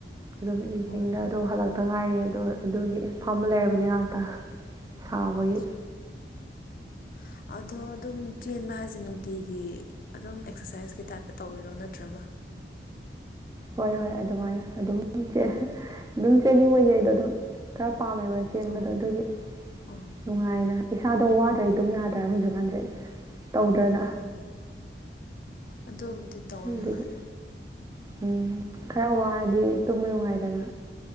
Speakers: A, on the right; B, on the left.
A: ꯑꯗꯨꯝ ꯏꯚꯤꯅꯤꯡꯗ
B: ꯑꯣ
A: ꯑꯗꯣ ꯍꯜꯂꯛꯇ ꯉꯥꯏꯔꯤ ꯑꯗꯣ ꯑꯗꯨꯒꯤ ꯐꯝꯕ ꯂꯩꯔꯕꯔꯕꯅꯤꯅꯦ ꯉꯥꯏꯍꯥꯛꯇꯪ ꯁꯕꯩ
B: ꯑꯠꯆꯥ <unintelligible> ꯑꯗꯣ ꯑꯗꯨꯝ ꯆꯦꯟꯕ ꯍꯥꯏꯁꯦ ꯅꯨꯡꯇꯤꯒꯤ ꯑꯗꯨꯝ ꯑꯦꯛꯁꯔꯁꯥꯏꯁꯀꯤ ꯇꯥꯏꯞꯇ ꯇꯧꯋꯤꯔꯣ ꯅꯠꯇ꯭ꯔꯒ <unintelligible>
A: ꯍꯣꯏ ꯍꯣꯏ ꯑꯗꯨꯃꯥꯏꯅ ꯑꯗꯨꯝ ꯑꯗꯨꯝ ꯆꯦꯟꯅꯤꯡꯉꯩꯉꯩꯗꯣ ꯑꯗꯨꯝꯔ ꯄꯥꯝꯃꯦꯕ ꯆꯦꯟꯕꯗꯣ
B: ꯑꯣ
A: ꯑꯗꯨꯒꯤ
B: ꯑꯣ
A: ꯅꯨꯡꯉꯥꯏꯅ ꯏꯁꯥꯗꯣ ꯋꯥꯗ꯭ꯔꯩ ꯑꯗꯨꯝ ꯌꯥꯗ꯭ꯔꯕ ꯍꯧꯖꯤꯛꯀꯥꯟꯁꯦ ꯇꯧꯗ꯭ꯔꯅ
B: ꯑꯣ ꯑꯗꯨꯕꯨꯗꯤ ꯇꯧꯋꯦ
A: ꯑꯗꯨꯒꯤ
B: ꯍꯣꯏ
A: ꯎꯝ ꯈꯔ ꯋꯥꯔꯗꯤ ꯇꯨꯝꯕ ꯅꯨꯡꯉꯥꯏꯗꯅ